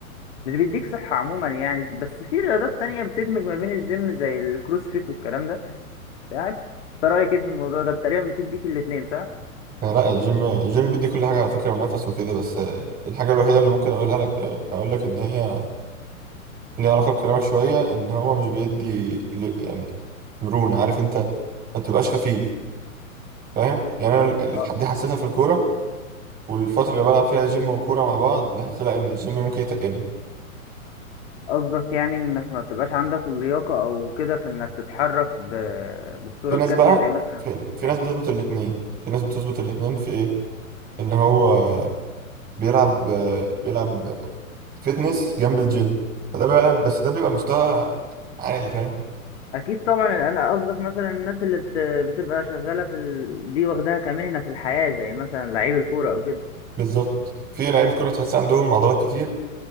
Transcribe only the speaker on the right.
آه، لا الجيم الجيم بيدي كل حاجة على فكرة ونفس وكده بس آه، الحاجة الوحيدة اللي ممكن اقولها لك آه، اقول لك ان هي ليه علاقة بكلامك شوية إن هو مش بيدي ل- يعني مرونة عارف أنت ما تبقاش خفيف فاهم يعني أنا ال-
ال- دي حسيتها في الكورة والفترة اللي بلعب فيها جيم وكورة مع بعض لاحظت لا إن الجيم ممكن يتقلني
في ناس
بقى
في, في
ناس بتظبط الاتنين في ناس بتظبط الاتنين في إيه إن هو بيلعب بيلعب فيتنس جنب الجيم فده بقى بس ده بيبقى مستوى عالي فاهم
بالظبط في لعيبة كورة تحس عندهم عضلات كتير